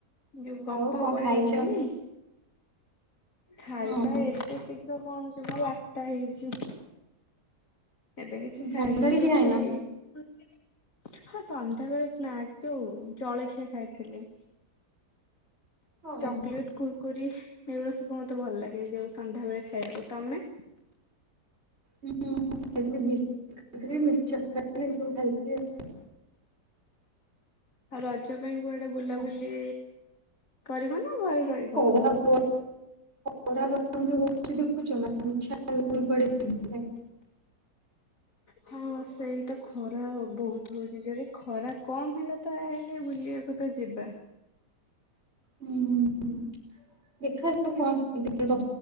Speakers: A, on the left; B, on the right.
A: ଯୋଉ ଗପ
B: ଆଉ କଣ
A: ବହି
B: ଖାଇଛ?
A: ଆସେନି? ଖାଇବା
B: ହଁ
A: ଏତେ ଶୀଘ୍ର କଣ ଜମା ବାରଟା ହେଇଛି। ଏବେ କିଛି
B: ସନ୍ଧ୍ୟାରେ
A: ଖାଇନି
B: କିଛି
A: ରୋଷେଇ
B: ଖାଇନ?
A: ହଁ ସନ୍ଧ୍ୟାବେେଳେ ସ୍ନାକ୍ ଯୋଉ ଜଳଖିଆ ଖାଇଥିଲି।
B: ଓହୋ
A: ଚକଲେଟ
B: ମୁଁ
A: କୁରକୁୁରୀ। ଏଇୁା ସବୁ ମତେ ଭଲ ଲେ ଯୋଉ ସନ୍ାବେଳେ ଖାଇବାକୁ ତମେ
B: ହୁଁ ଖାଇସ୍ ଖାଇ ମିସଚର <inaudible> ସବୁ ଖାଇଥିଲ।
A: ଆଉ ରଜ। ପାଇଁ କୁଆଡେ ବୁଲାବୁଲିଇ।
B: ଆଉ।
A: କରିବ ନା। ଘରେ ରହିବ।
B: ଖରା ଗରମ ଖରା ଗ କେମିତ୍ ହୋଇଛି। ସେ ଦେଖୁଚନ ଇଚ୍ଛା ହେଲେ କୁଆଡେ ଯାଏ।
A: ହଁ। ସେଇ ତ ଖରା ବହୁତ ହଉଛି ଯରେ। ଖରା କମ ହେଲା ତ ହେଲେ ବୁଲିବାକୁ ତ ଯିବା।
B: ହୁଁ ଦେଖାଯାଉ କଣ।